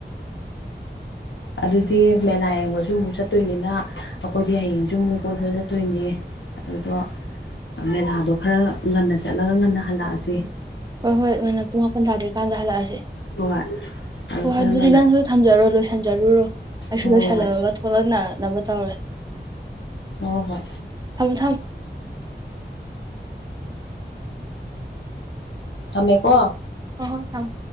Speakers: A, on the left; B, on the right.
A: ꯑꯗꯨꯗꯤ ꯃꯦꯂꯥ ꯌꯦꯡꯕꯁꯨ ꯑꯃꯨꯛ ꯆꯠꯇꯣꯏꯅꯤꯅ ꯑꯩꯈꯣꯏꯗꯤ ꯍꯌꯦꯡꯁꯨ ꯑꯃꯨꯛ ꯀꯣꯏꯕ ꯆꯠꯇꯣꯏꯅꯤ ꯑꯗꯨꯗꯣ ꯃꯦꯂꯥꯗꯣ ꯈꯔ ꯉꯟꯅ ꯆꯠꯂꯒ ꯉꯟꯅ ꯍꯜꯂꯛꯑꯁꯤ
B: ꯍꯣꯏ ꯍꯣꯏ ꯉꯟꯅ ꯄꯨꯡ ꯃꯥꯄꯟ ꯇꯥꯗ꯭ꯔꯤꯀꯥꯟꯗ ꯍꯜꯂꯛꯑꯁꯦ
A: ꯍꯣꯏ ꯑꯗꯣ
B: ꯍꯣꯏ ꯍꯣꯏ
A: ꯈꯔ
B: ꯑꯗꯨꯗꯤ
A: ꯉꯟꯅ
B: ꯅꯪꯁꯨ ꯊꯝꯖꯔꯣ ꯂꯣꯏꯁꯤꯟꯖꯔꯨꯔꯣ ꯑꯩꯁꯨ
A: ꯍꯣꯏ
B: ꯂꯣꯏꯁꯤꯜꯂꯨꯔꯒ
A: ꯍꯣꯏ
B: ꯊꯣꯛꯂꯛꯅꯔꯛꯅꯕ ꯇꯧꯔꯦ
A: ꯑꯣ ꯍꯣꯏ
B: ꯊꯝ ꯊꯝ
A: ꯊꯝꯃꯦꯀꯣ
B: ꯍ ꯍꯣꯏ ꯊꯝ